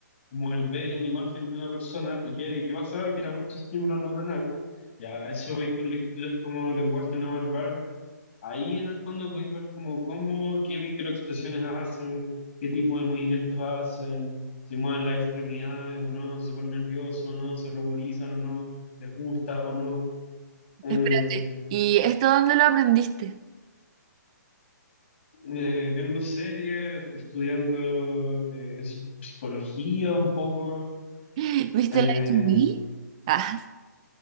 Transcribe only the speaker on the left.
como el ver una imagen de una persona. ¿Y qué, qué pasaba? Que era mucho estímulo neuronal. Ya, a eso voy con lecturas como lenguaje no verbal Ahí en el fondo podéis ver como cómo, qué microexpresiones hacen, qué tipo de movimientos hacen, si mueven las extremidades o no, si se ponen nerviosos o no, se ruborizan o no, les gusta o no. Eh,
eh, viendo series, estudiando eh, psi- psicología un poco.
Eh,